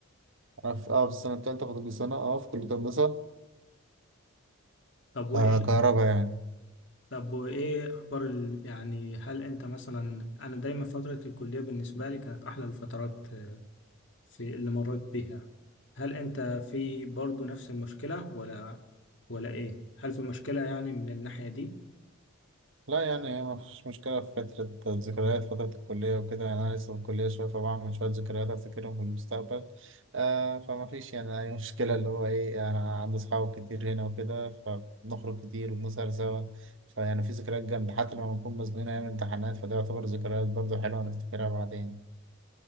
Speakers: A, on the right (about 60°); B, on the left (about 55°).
A: أنا في اه في السنة التالتة فاضل لي سنة اه في كلية هندسة
B: طب وايه
A: ده كهرباء يعني
B: طب وايه اخبار ال... يعني هل انت مثلا انا دايما فتره الكليه بالنسبه لي كانت احلى الفترات آه، في اللي مريت بيها هل انت في برضو نفس المشكله ولا ولا ايه هل في مشكله يعني من الناحيه دي
A: لا يعني ما فيش مشكلة في فترة الذكريات فترة الكلية وكده يعني أنا لسه في الكلية شوية فبعمل شوية ذكريات أفتكرهم في المستقبل آه فما فيش يعني أي <laughs> مشكلة اللي هو إيه أنا عندي أصحاب كتير هنا وكده فبنخرج كتير وبنسهر سوا فيعني في ذكريات جامدة حتى لما بنكون مزنوقين أيام الامتحانات فده يعتبر ذكريات برضه حلوة هنفتكرها بعدين